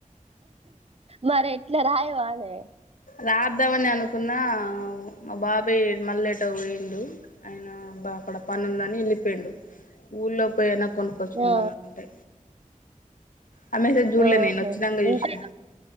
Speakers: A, on the right; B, on the left.
A: మరి ఎట్ల రాయవానే
B: రాద్దామని అనుకున్న మా బాబాయ్ మళ్ళెటో పోండు ఆయన బ డపని ఉందని వెళ్ళిపోండు ఊళ్ళో పోయినా కొనుక్కొచ్చుకున్నాం
A: ఆ
B: అంటే ఆ మెసేజ్ జూడలే
A: ఆహా
B: నేను వచ్చినాక
A: ఉంటాయా
B: చూసినా